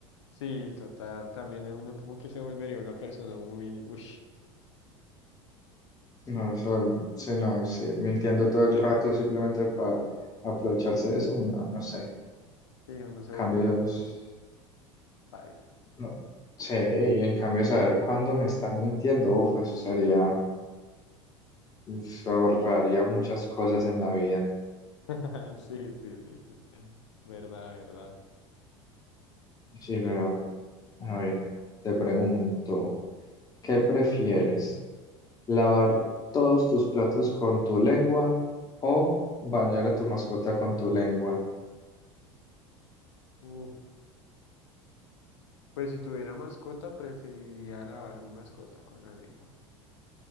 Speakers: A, on the left; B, on the left.
A: Sí, total, también uno como que se volvería una persona muy, ush,
B: No, sol- se no, sí, mintiendo todo el rato simplemente para aprovecharse de eso, no, no sé.
A: sí, uno se volvería
B: Cambios.
A: todo, paila.
B: No sé, y en cambio saber cuándo me están mintiendo, uf, eso sería, se ahorraría muchas cosas en la vida.
A: <laughs> Sí, sí, sí, sí, verdad, verdad,
B: Sí,
A: dale.
B: pero, a ver, te pregunto, ¿qué prefieres? ¿Lavar todos tus platos con tu lengua o bañar a tu mascota con tu lengua?
A: Uh, pues si tuviera mascota, preferiría lavar mi mascota con la lengua.